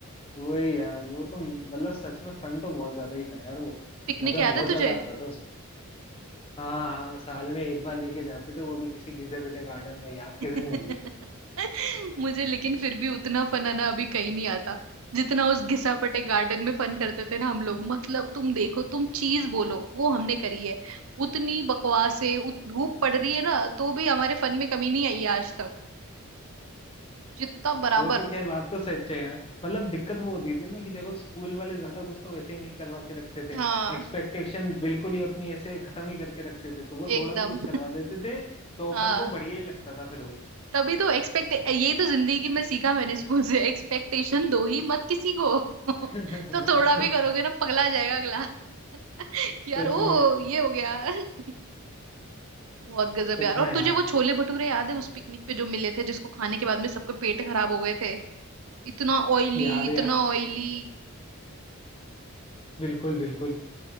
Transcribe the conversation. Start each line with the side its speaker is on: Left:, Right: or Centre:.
Left: वही यार वो तो मतलब सच में फन तो बहुत ज्यादा ही था यार वो
Right: पिकनिक
Left: मजा
Right: याद
Left: बहुत
Right: है
Left: ज्यादा
Right: तुझे
Left: आता था उसमें हाँ हाँ साल में एक बार लेके जाते थे वो भी किसी घिसे पिटे गार्डन में याद
Right: <laughs>
Left: कैसे नहीं होगी
Right: मुझे लेकिन फिर भी उतना फन आना अभी कहीं नहीं आता जितना उस घिसापटे गार्डन में फन करते थे ना हम लोग मतलब तुम देखो तुम चीज बोलो वो हमने करी है उतनी बकवास है उत धूप पड़ रही है ना तो भी हमारे फन में कमी नहीं आई है आज तक जितना बराबर
Left: वो तो खैर बात तो सच है यार मतलब दिक्कत वो होती थी ना कि देखो स्कूल वाले ज्यादा कुछ तो वैसे ही नहीं करवा के रखते थे
Right: हाँ
Left: एक्सपेक्टेशन बिल्कुल ही अपनी ऐसे खत्म ही करके रखते थे तो वो
Right: एकदम
Left: थोड़ा भी कुछ करवा देते थे तो
Right: हाँ
Left: अपन को बढ़िया ही लगता था फिर वो
Right: तभी तो एक्सपेक्ट ये तो जिंदगी में सीखा मैंने स्कूल से एक्सपेक्टेशन दो ही मत किसी को <laughs>
Left: <laughs>
Right: तो थोड़ा भी करोगे ना पगला जाएगा अगला <laughs> कि यार
Left: सच
Right: ओ
Left: में
Right: ये हो गया <laughs> बहुत गजब
Left: सच
Right: यार
Left: में
Right: और
Left: यार
Right: तुझे वो छोले भटूरे याद है उस पिकनिक पे जो मिले थे जिसको खाने के बाद में सबके पेट खराब हो गए थे इतना ऑयली
Left: याद
Right: इतना
Left: है यार
Right: ऑयली
Left: बिल्कुल बिल्कुल